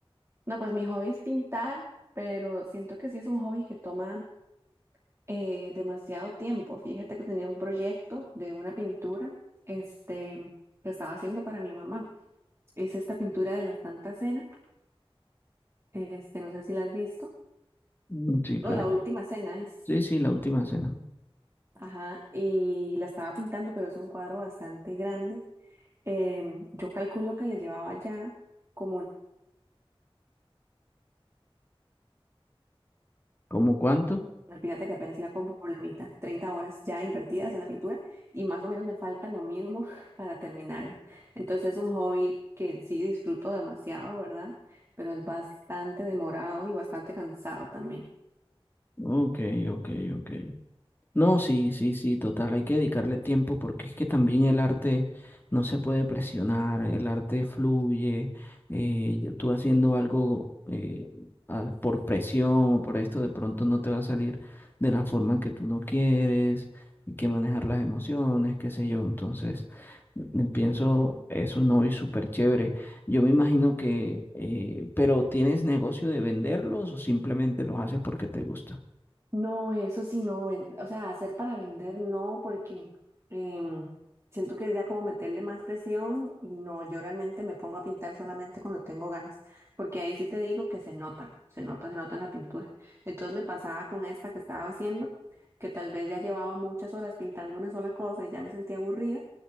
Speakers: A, on the right; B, on the left.
A: No, pues mi hobby es pintar, pero siento que sí es un hobby que toma eh, demasiado tiempo. Fíjate que tenía un proyecto de una pintura, este, que estaba haciendo para mi mamá. Es esta pintura de la Santa Cena, este, no sé si la has visto,
B: Mm, Sí, claro.
A: o la última cena es,
B: Sí, sí, la última cena.
A: ajá, y la estaba pintando, pero es un cuadro bastante grande. Em, yo calculo que le llevaba ya como
B: ¿Cómo cuánto?
A: Fíjate que apenas iba como por la mitad, 30 horas ya invertidas en la pintura y más o menos me falta lo mismo <laughs> para terminarla. Entonces es un hobby que sí disfruto demasiado, ¿verdad? Pero es bastante demorado y bastante cansado también.
B: Ok, ok, ok. No, sí, sí, sí, total, hay que dedicarle tiempo porque es que también el arte no se puede presionar, el arte fluye, eh, y tú haciendo algo eh, ah, por presión o por esto de pronto no te va a salir de la forma en que tú no quieres, hay que manejar las emociones, qué sé yo, entonces mm, mm, pienso es un hobby súper chévere. Yo me imagino que, eh, pero ¿tienes negocio de venderlos o simplemente los haces porque te gusta?
A: No, eso sí, no, ven- o sea, hacer para vender no, porque em, siento que es ya como meterle más presión y no, yo realmente me pongo a pintar solamente cuando tengo ganas, porque ahí sí te digo que se nota, se nota, se nota en la pintura. Entonces me pasaba con esta que estaba haciendo, que tal vez ya llevaba muchas horas pintando una sola cosa y ya me sentía aburrida,